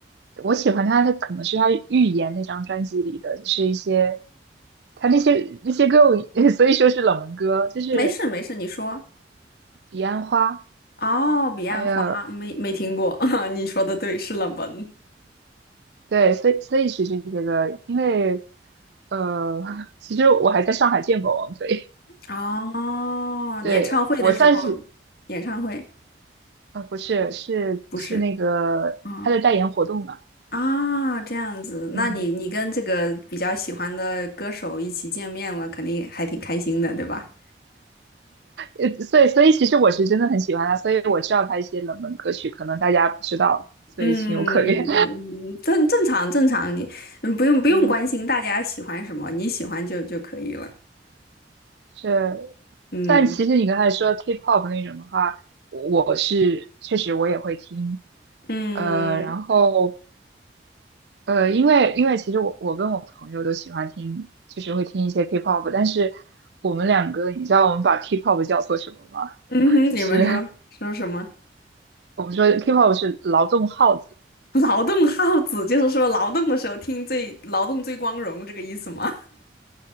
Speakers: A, on the right (about 70°); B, on the left (about 55°).
A: 我喜欢他的可能是他《预言》那张专辑里的，就是一些他那些那些歌我，<laughs> 所以说是冷门歌，就是
B: 没事没事，你说。
A: 《彼岸花》，
B: 哦，《彼岸花》没没听过，
A: 还有
B: <laughs> 你说的对，是冷门。
A: 对，所以所以是这些歌，因为呃，<laughs> 其实我还在上海见过王菲，
B: 哦，
A: 对，
B: 演唱会的时候，
A: 我算是
B: 演唱会
A: 啊，呃不是，是是那个他的代言活动嘛，
B: 不是啊啊，这样子，那你你跟这个比较喜欢的歌手一起见面了，
A: 嗯。
B: 肯定还挺开心的，对吧？
A: 呃，所以所以其实我是真的很喜欢他，所以我知道他一些冷门歌曲，可能大家不知道，所以情有可原。
B: 嗯，嗯正正常正常，你嗯不用不用关心大家喜欢什么，
A: <laughs> 嗯，
B: 你喜欢就就可以了。
A: 是，
B: 嗯
A: 但其实你刚才说 K-pop 那种的话，我是确实我也会听，
B: 嗯
A: 呃，然后呃，因为因为其实我我跟我朋友都喜欢听，就是会听一些 K-pop，但是我们两个，你知道我们把 K-pop 叫做什么吗？
B: 嗯哼，你们说说什么？
A: 是我们说 K-pop 是劳动号子。
B: <laughs> 劳动号子就是说劳动的时候听最劳动最光荣这个意思吗？